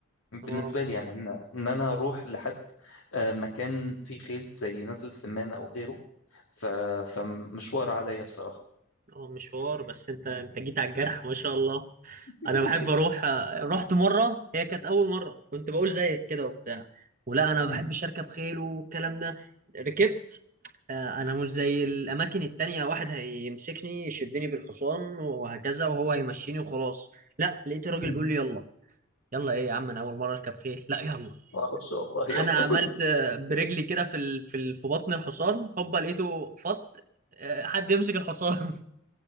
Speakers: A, on the right (about 40°); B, on the left (about 70°).
A: اه
B: بالنسبة لي يعني إن إن أنا أروح لحد آه، مكان فيه خيل زي نزل السمان أو غيره ف... فمشوار عليا بصراحة
A: هو مشوار بس انت انت جيت على الجرح ما شاء الله
B: <laughs>
A: انا بحب اروح رحت مره هي كانت اول مره كنت بقول زيك كده وبتاع ولا انا ما
B: مم.
A: بحبش اركب خيل والكلام ده ركبت آه، انا مش زي الاماكن التانية واحد هيمسكني يشدني بالحصان وهكذا وهو هيمشيني وخلاص لا لقيت الراجل
B: مم.
A: بيقول لي يلا يلا ايه يا عم انا اول مره اركب خيل لا يلا
B: معرفش والله يلا
A: انا عملت آه، برجلي كده في ال- في ال- في بطن الحصان هوبا لقيته فط آه، حد يمسك الحصان